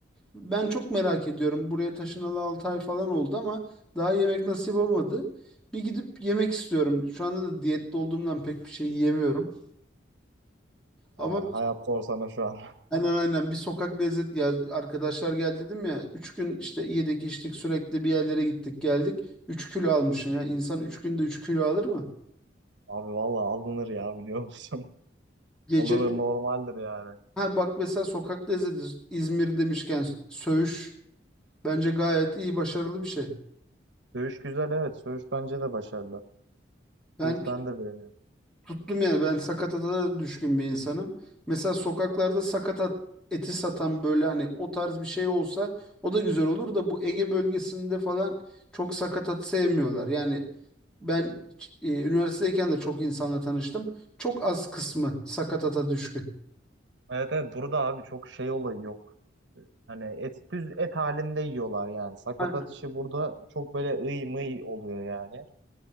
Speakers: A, in the centre; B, on the right.
A: Ben çok merak ediyorum. Buraya taşınalı 6 ay falan oldu ama daha yemek nasip olmadı. Bir gidip yemek istiyorum. Şu anda da diyette olduğumdan pek bir şey yiyemiyorum. Ama
B: E, hayat zor şu an.
A: aynen aynen bir sokak lezzet ya arkadaşlar geldi dedim ya 3 gün işte yedik içtik sürekli bir yerlere gittik geldik 3 kilo almışım ya İnsan 3 günde 3 kilo alır mı?
B: <laughs> Abi valla alınır ya biliyor musun? <laughs>
A: Gecenin
B: Alınır normaldir yani.
A: Ha bak mesela sokak lezzeti İzmir demişken söğüş bence gayet iyi başarılı bir şey.
B: Söğüş güzel evet. Söğüş bence de başarılı.
A: Ben
B: Söğüş
A: tut-
B: ben de beğeniyorum.
A: tuttum yani ben sakatata da düşkün bir insanım. Mesela sokaklarda sakatat eti satan böyle hani o tarz bir şey olsa o da güzel olur da bu Ege bölgesinde falan çok sakatat sevmiyorlar. Yani ben e, üniversiteyken de çok insanla tanıştım. Çok az kısmı sakatata düşkün.
B: Evet evet burada abi çok şey olayı yok. Hani et düz et halinde yiyorlar yani. Sakatat
A: Aynen.
B: işi burada çok böyle ıy mıy oluyor yani.